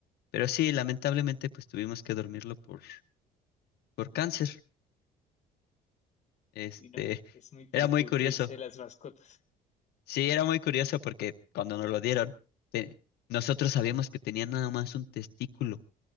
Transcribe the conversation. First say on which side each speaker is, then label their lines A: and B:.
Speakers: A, on the left; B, on the left.
A: Pero sí, lamentablemente pues tuvimos que dormirlo por, por cáncer. Este,
B: Y no, es muy triste
A: era muy
B: despedirse
A: curioso
B: de las mascotas.
A: Sí, era muy curioso porque cuando nos lo dieron, te- nosotros sabíamos que tenía nada más un testículo.